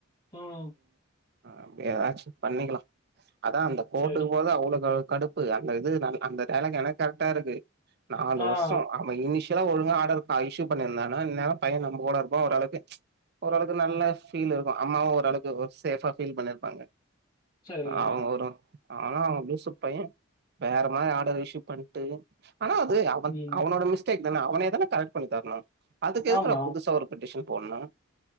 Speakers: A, on the left (about 20°); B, on the right (about 50°).
A: ம்
B: அப்டியாச்சு பண்ணிக்கிலா அதா அந்த கோட்டுக்கு
A: சரி.
B: போது அவ்ளகல் கடுப் ப்பு அந்ந அது நல் அந்த தேளங்கன கரட்டா இருக்கு நாலு
A: ஆ.
B: வர்ஷோ ஆமா இனிஷியலா ஒழுங்கா ஆடருக்கு அ இஷ்யு பண்ணிர்லானா இந்நேரோ பையன் நம்ப கூட இருப்பா ஓரளக்கு ஓரளவுக்கு நல்ல ஃபீல் இருக்கு அம்மாவு ஓர் அளுக்கு ஒர் சேஃப்ஃபாஃப் ஃபீல் பண்ணிர்ப்பாங்க
A: சரி.
B: அவ்ங்கொரு ஆனா அவ லூசப் பைய வேற மாரி ஆடர் இஷ்யூ பண்ட்டு ஆனா அது அவன்
A: ம்.
B: அவனோட மிஸ்டேக் தான அவனே தான கரக்ட் பண்ணி தர்லா அதுக்கு எதுக்குடா
A: ஆமா.
B: புதுசா ஒரு பட்டிஷன் போட்லா